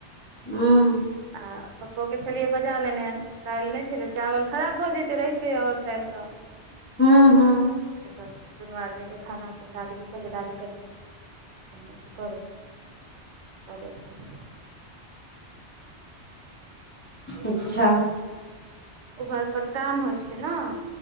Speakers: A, on the left; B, on the right.
A: हूँ।
B: आ पप्पो के छलियै बजा लेने। दालि नहि छेले चावल खराब भऽ जैतै रहितै और टाइम तऽ
A: हू, हू।
B: से सभ दुनू आदमी के खाना अपन दादी के कहलियै दादी कनि। कि कर कऽ।
A: अच्छा।
B: ओ, घर पर काम होइ छै न।